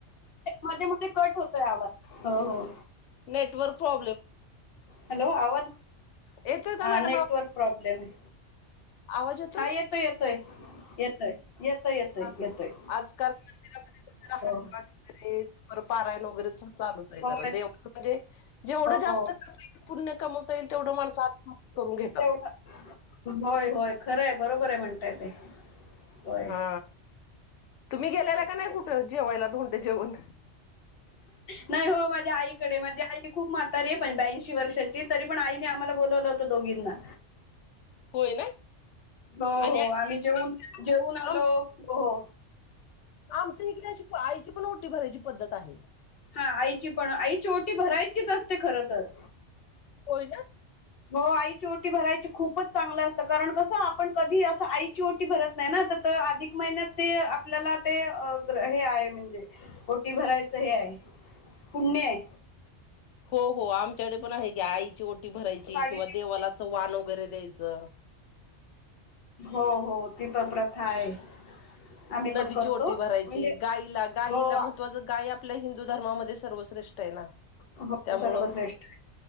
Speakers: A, on the left; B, on the left.
A: मध्ये मध्ये कट होतोय आवाज हो हो.
B: Network problem.
A: हॅलो आ
B: येतोय का
A: हा
B: मॅडम
A: नेटवर्क
B: आव
A: प्रॉब्लेम आहे.
B: आवाज येतोय.
A: हा येतोय येतोय येतोय. येतोय येतोय
B: हा
A: येतोय
B: आजकाल मंदिरामध्ये कोठ
A: हो
B: हारिपाठ वगैरे पारायण वगैरेच चालूच आहे
A: होय
B: देऊ म्हणजे जेवढं
A: हो
B: जास्त
A: हो
B: करता येईल पुण्य कमवता येईल तेवढं माणसं आ करून घेतात.
A: तेवढं होय होय खरं आहे बरोबर आहे म्हणताय ते. होय
B: हा तुम्ही गेल्याला
A: तेच
B: का नाही
A: तेच
B: कुठं जेवायला धोंडे जेवण.
A: नाही हो माझ्या आईकडे माझी आई खूप म्हातारी आहे पण ब्याऐंशी वर्षाची आहे. तरी पण आईने आम्हाला बोलावलं होत दोघींना.
B: होय ना
A: हो
B: आणि
A: हो
B: आजकाल
A: आम्ही जेऊन
B: आमच्या
A: जेऊन आलो
B: आम
A: हो हो
B: आमच्या इकडे अशी आईची पण ओटी भरायची पद्धत आहे.
A: हा आईची पण आईची ओटी भरायचीच असते खर तर.
B: होय ना
A: हो आईची ओटी भरायची खूपच चांगलं असतं कारण कसं आपण कधी असं आईची ओटी भरत नाही ना आ तर अधिक महिन्यात ते आपल्याला ते हे आहे म्हणजे ऊटी भरायचं हे आहे पुण्य आहे
B: हो हो आमच्याकडे पण आहे क्या आईची ओटी भरायची
A: साडी
B: किंवा
A: नेस-
B: देवाला असं वाण वगैरे द्यायचं.
A: हो हो तिथं प्रथा आहे. आम्ही पण
B: नदीची
A: करतो
B: ओटी भरायची
A: म्हणजे
B: गायला गायीला
A: हो.
B: म त्वाच गाय आुपल्या हिंदू धर्मामध्ये सर्वश्रेष्ठ आहे ना
A: हो
B: त्यामुळं
A: सर्वश्रेष्ठ आहे.